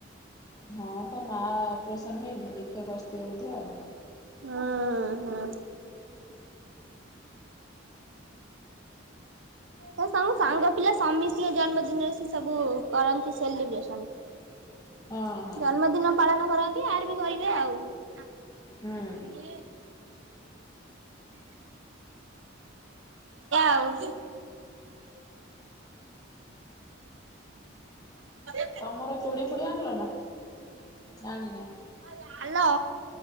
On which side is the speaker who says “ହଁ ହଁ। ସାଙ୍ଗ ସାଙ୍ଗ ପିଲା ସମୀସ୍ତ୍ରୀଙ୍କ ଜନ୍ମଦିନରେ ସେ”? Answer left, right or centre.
Right